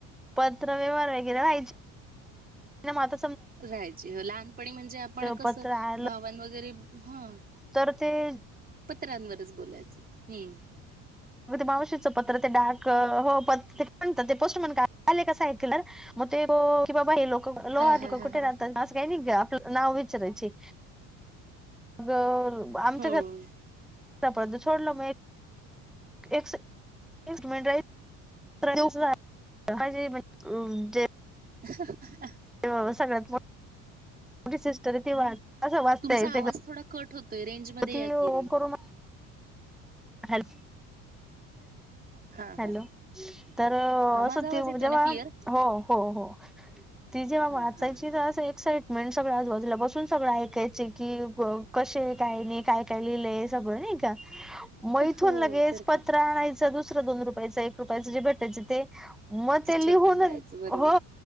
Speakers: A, in the centre; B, on the right.
A: पत्र व्यवहार वगरे रा मझ
B: रायची लहानपणी म्हणजे आपण कसं
A: पत्र आलं
B: भावन वगैरे हा
A: तर ते
B: पत्रांवरच बोलायचं हम्म
A: मग ते मावशीचं पत्र ते डाक हो पत्र ते म्हणत ते पोस्ट म्हण आले कस आहे म कि बा हे लो लोहार
B: हा हा हा
A: कुठे
B: हा.
A: राहतात असं काही नाही आपलं नाव विचारयचेघ मग अ आमच्या
B: हो
A: घरापर्यंत सोडलं मग ए एक्स <unintelligible> <unintelligible>
B: <inaudible>
A: अ सगळ्यात मोठी सिस्टर आहे ती वा अस वाचता
B: तुमचा
A: येते
B: आवाज
A: <unintelligible>
B: थोडा कट होतोय रेंज मध्ये
A: अ ती
B: या
A: अ
B: की रे.
A: करोना हेल
B: हा हा
A: हॅलो! तर
B: हा माझा
A: असं
B: आवाज
A: ती
B: येतोय
A: जेव्हा
B: ना क्लिअर
A: हो हो हो. ती जेव्हा वाचायची
B: हा हा हा
A: ना तर एकसाइट मेंट सगळं आजुबाजूला बसून सगळं ऐकायची की कसे काय नाही, काय काय लिहिलंय सगळं नाय. नाय का म इथून
B: हो
A: लगेच
B: तर
A: पत्र
B: काय
A: आणायचं दुसर दोन रुपयाचा, एक रुपयाच जे भेटायचे ते. मग ते
B: ती छोट
A: लिहून
B: मिळायचं बरोबर
A: हो